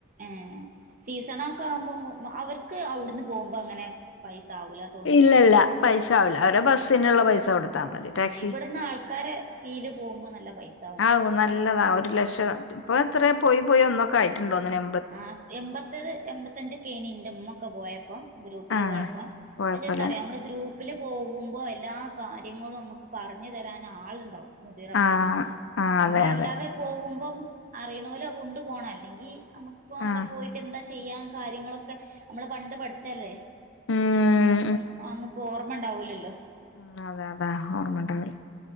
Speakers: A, on the right; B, on the left.
A: ആഹ് സീസണൊക്കാവുമ്പോ അവർക്ക് അവിടുന്ന് പോവുമ്പോ അങ്ങനെ പൈസാവൂല തോ തോന്നുണ്ടില്ലേ
B: ഇല്ലല്ല പൈസ ആവില്ല അവരെ ബസ്സിനുള്ള പൈസ കൊടുത്താ മതി
A: ആഹ്
B: ടാക്സി
A: ഇവിടുന്നാൾക്കാര് തീല് പോവുമ്പോ നല്ല പൈസ
B: ആവും നല്ലതാ ഒരു ലക്ഷം ത്തി ഇപ്പൊ എത്ര പോയി പോയി ഒന്നൊക്കെ ആയിട്ടുണ്ടോന്ന്ന്നെ നെ
A: ആഹ് എമ്പത്തേഴ് എമ്പത്തഞ്ചെക്കെയായീന് ന്റുമ്മൊക്കെ പോയപ്പം ഗ്രൂപ്പില്
B: ആഹ്
A: പോയപ്പം
B: കൊഴപ്പല്ല
A: പക്ഷെ ന്താറിയോ മ്മള് ഗ്രൂപ്പ്‌ പ്പില് പോകുമ്പോ എല്ലാ കാര്യങ്ങളും നമ്മക്ക് പറഞ്ഞു തരാൻ ആള്ണ്ടാവും മുതീറന്മാരെ
B: ആഹ് ആഹ് അതെ
A: അമ്മളെയല്ലാതെ
B: അതെ
A: പോകുമ്പം അറീണോലെ കൊണ്ട് പോണം അല്ലെങ്കി അമ്മക്കിപ്പോ അവടെ
B: ആഹ്
A: പോയിട്ടെന്താ ചെ യ്യാൻ കാര്യങ്ങളൊക്കെ അമ്മള് പണ്ട് പഠിച്ചയല്ലേ
B: ഉം
A: അന്ന് അന്നപ്പോ ഓർമ്മ ണ്ടാവൂലല്ലോ?
B: ആഹ് അതെ അതെ ഓർമ്മണ്ടാവില്ല